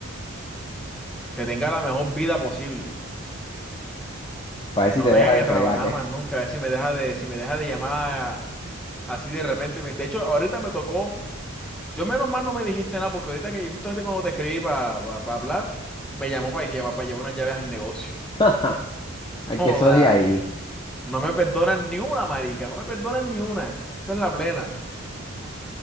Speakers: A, in the centre; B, on the left (about 20°).
A: Que tenga la mejor vida posible.
B: para ver
A: Que
B: si
A: no
B: te
A: tenga
B: deja de
A: que
B: fregar,
A: trabajar
B: ¿qué?
A: más nunca. A ver si me deja de, si me deja de llamar así de repente. Me- De hecho, ahorita me tocó. Yo menos mal no me dijiste nada, porque ahorita que justamente cuando te escribí para hablar, me llamó para llevar, para llevar unas llaves al negocio.
B: <laughs> Al
A: Joda,
B: que sos de ahí,
A: no me perdonan ni una, marica, no me perdonan ni una. Esa es la plena.